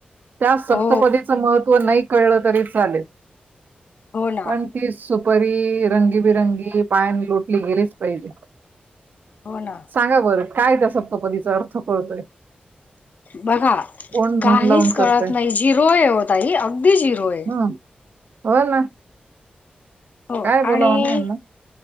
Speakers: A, on the right; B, on the left.
A: त्या सप्तपदीचं
B: हो
A: महत्त्व नाही कळलं तरी चालेल.
B: हो ना.
A: पण ती सुपारी रंगीबिरंगी, पायान लोटली गेलीच पाहिजे.
B: हो ना.
A: सांगा बरं काय त्या सप्तपदीचा अर्थ कळतोय?
B: बघा
A: कोण
B: काहीच
A: मन लावून
B: कळत
A: करतय
B: नाही. झिरोय हो ताई. अगदी झिरोय.
A: हं हो ना.
B: हो
A: काय बोलावं
B: आणि
A: ना यांना